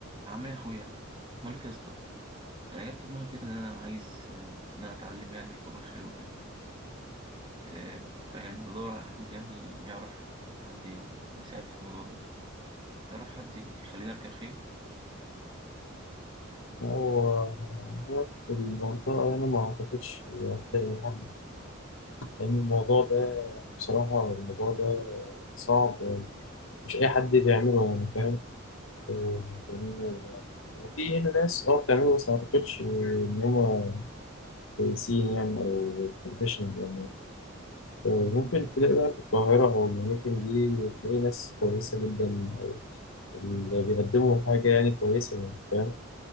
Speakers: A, on the right; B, on the left.
A: عامل ايه يا اخويا بقول لك يا اسطى انا جت في دماغي كده ان انا عايز آه، ان انا اتعلم يعني ركوب الخيل وكده آه، فيعني بدور على حد يعني يعرف حد يساعدني في الموضوع دوت تعرف حد يخليني اركب خيل
B: هو هو في المنطقة أنا ما أعتقدش هتلاقي حد لأن الموضوع ده يعني بصراحة الموضوع ده صعب مش أي حد بيعمله يعني فاهم لأنه- وفي هنا ناس اه بتعمله بس ما أعتقدش إن هما كويسين يعني أو بروفيشنال يعني آه، ممكن تلاقي بقى في القاهرة أو الأماكن دي تلاقي ناس كويسة جدا أو اللي بيقدموا حاجة يعني كويسة يعني فاهم